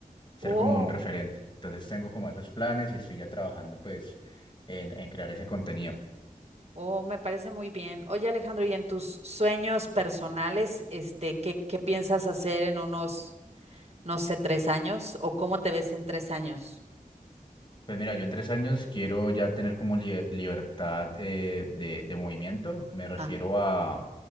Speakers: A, on the left; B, on the right.
A: ser
B: Oh.
A: como un referente. Entonces tengo como esos planes y estoy ya trabajando pues en en crear ese contenido.
B: Oh, me parece muy bien. Oye, Alejandro, ¿y en tus sueños personales, este, qué, qué piensas hacer en unos, no sé, tres años? ¿O cómo te ves en tres años?
A: Pues mira, yo en tres años quiero ya tener como libe- libertad eh, de, de movimiento. Me refiero
B: Ah,
A: a